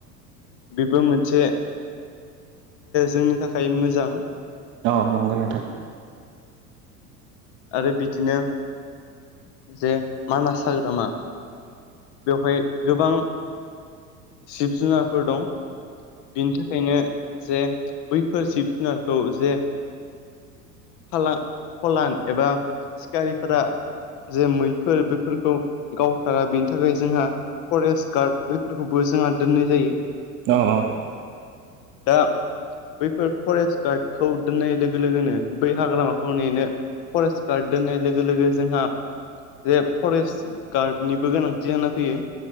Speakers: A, on the left (about 40°); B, on the right (about 25°).
A: बेबो मोनसे जोंनि थाखाय मोजां
B: अ नंगौ नोंथां।
A: आरो बिदिनो जे मानास हाग्रामा बेवहाय गोबां जिब जुनारफोर दं बिनि थाखायनो जे बैफोर जिब जुनारखौ जे फलान एबा सिखारिफोरा जे मैफोर बेफोरखौ गावथारा बेनि थाखाय जोंहा फरेस्ट गार्ड बैफोरखौबो जोंहा दोननाय जायो।
B: अह अह
A: दा बैफोर फरेस्ट गार्डखौ दोननाय लोगो लोगोनो बै हाग्रामाखौ नेनो फरेस्ट गार्ड दोननाय लोगो लोगो जोंहा जे फरेस्ट गार्डनिबो गोनांथि जाना फैयो